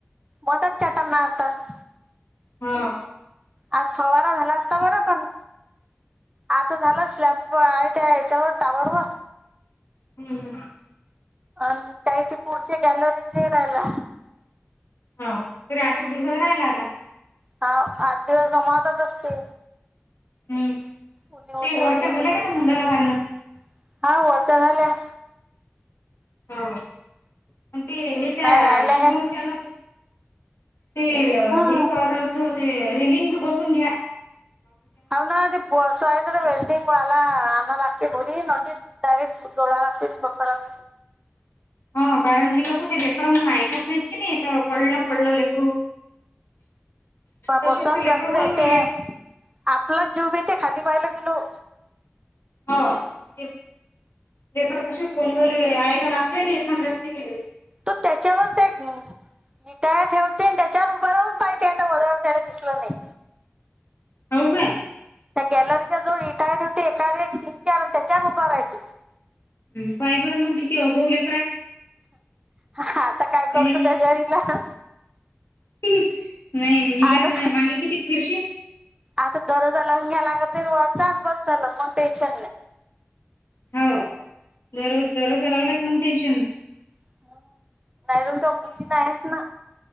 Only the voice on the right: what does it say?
मदत चटनार त
आज फवारा झाला असता बरं पण, आता झालं स्लॅब आहे त्या हेच्यावर टावर वर
आणि कायं इथ पुढची गॅलरीज नाही राहिला
हा, आठ दिवस गमावतच असतील.
<unintelligible>
हा वरच झालंय.
काय राहिल्या
काय
हम्म
ह, ना ते बस रे वेल्डीिंग वाला आणाय लागते घरी ना ते डायरेट डोळा <unintelligible>
बसून
सगळे
ते
आपलाच जीव घेते खाली पाहिला गेलो
तो त्याच्यावर ते विटाय ठेवते आणि त्याच्यावर उभं राहून पाहते आता व त्याला दिसलं नाही
त्या गॅलरीच्या जवळ इटाय होते एकावर एक तीन चार त्याच्यावर उभ राहायच.
आता काय
करतो
त्याच्यावर इलाज
आता
आता दरवाजा लावून घ्यावा लागत तरी <unintelligible> बस झाल मग टेशन नाही.
<unintelligible> आहेच ना.